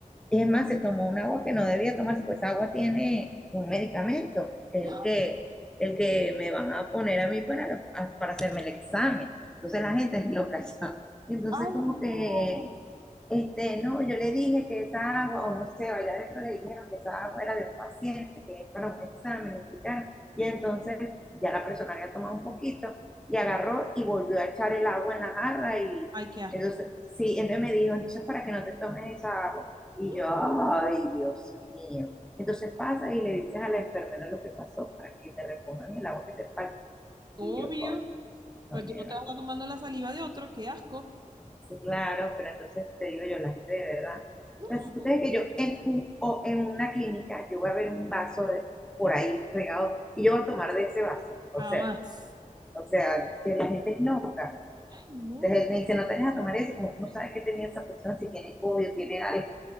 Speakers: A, in the centre; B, on the right.
A: es más, se tomó un agua que no debía tomarse, pues esa agua tiene un medicamento, que
B: Ya.
A: es el que, el que me van a poner a mí para, para hacerme el examen. Entonces la gente es loca, <laughs> ¿sabes? Entonces
B: Ay,
A: como que
B: no.
A: este, no, yo le dije que esa agua, o no sé, o allá adentro le dijeron que esa agua era de un paciente, que es para un examen, explicaron. Y entonces ya la persona había tomado un poquito y agarró y volvió a echar el agua en la jarra y
B: Ay, qué asco.
A: entonces, sí, entonces me dijo, entonces para que no te tomes esa agua. Y
B: Mm,
A: yo, ay, Dios mío. Entonces pasa y le dices a la enfermera lo que pasó para que te repongan el agua que te falta.
B: Obvio.
A: Y yo, coño, coño,
B: Pero tú no te vas a estar tomando la saliva de otro. Qué asco.
A: Claro, pero entonces te digo yo, la gente de verdad.
B: No.
A: O sea, si tú crees que yo en, un, o en una clínica, yo voy a ver un vaso de, por ahí regado y yo voy a tomar de ese vaso. O
B: Jamás.
A: sea, o sea, que la gente es loca.
B: Ay, no.
A: Entonces él me dice, no te dejes a tomar eso, como no sabes que tenía esa persona, si tiene COVID, tiene algo.